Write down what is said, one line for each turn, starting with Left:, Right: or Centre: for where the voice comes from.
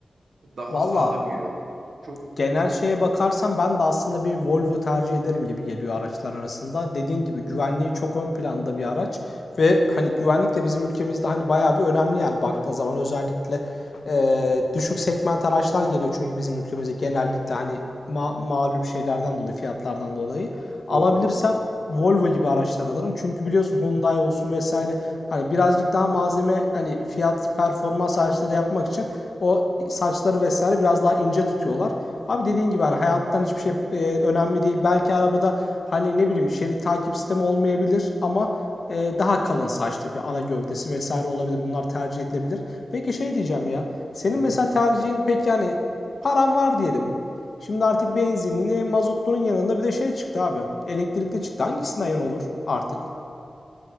Right: daha
Left: Valla
Right: sağlam giriyor. Çok
Left: genel şeye bakarsam ben de aslında bir Volvo tercih ederim gibi geliyor araçlar arasında. Dediğin gibi güvenliği çok ön planda bir araç. Ve hani güvenlik de bizim ülkemizde hani bayağı bir önemli yani baktığın zaman özellikle e, düşük segment araçlar geliyor çünkü bizim ülkemize genellikle hani ma- malum şeylerden dolayı fiyatlardan dolayı. Alabilirsem
Right: doğru.
Left: Volvo gibi araçlar alırım. Çünkü biliyorsun Hyundai olsun vesaire hani birazcık daha malzeme hani fiyat performans araçları yapmak için o saçları vesaire biraz daha ince tutuyorlar. Abi dediğin gibi hani hayattan hiçbir şey e, önemli değil. Belki arabada hani ne bileyim şerit takip sistemi olmayabilir ama ee, daha kalın saçlı bir ana gövdesi vesaire olabilir. Bunlar tercih edilebilir. Peki şey diyeceğim ya. Senin
Right: Hı
Left: mesela
Right: hı.
Left: tercihin pek yani paran var diyelim. Şimdi artık benzinli, mazotlunun yanında bir de şey çıktı abi. Elektrikli çıktı. Hangisinden yan olur artık?